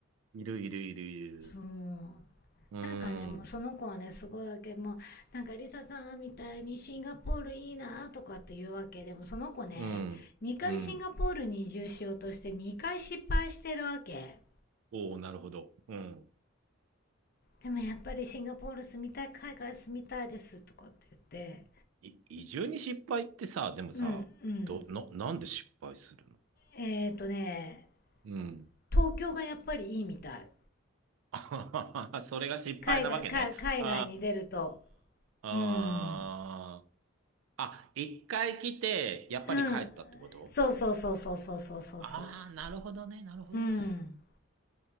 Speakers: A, on the right (about 80°); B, on the left (about 45°).
A: いるいるいるいる。
B: そう
A: うーん。
B: なんかねもうその子はねすごいわけもうなんかリサさんみたいにシンガポールいいなとかって言うわけでもその子ね2回シンガポールに移住しようとして2回失敗してるわけ
A: うん。うん。おお、なるほど。うん。
B: でもやっぱりシンガポール住みたい海外住みたいですとかって言って
A: い、移住に失敗ってさ、でもさ、
B: うんうん
A: ど、な、なんで失敗するの
B: えっ、ー、とね
A: うん。
B: 東京がやっぱりいいみたい
A: <laughs> あはははそれが失敗なわけね。
B: 海外海海外に出ると
A: ああ、ああ、
B: うん
A: ああ。あ、一回来て、やっぱり帰ったってこと
B: うんそうそうそうそうそうそうそうそ
A: ああー、なるほどね、なるほどね。
B: ううん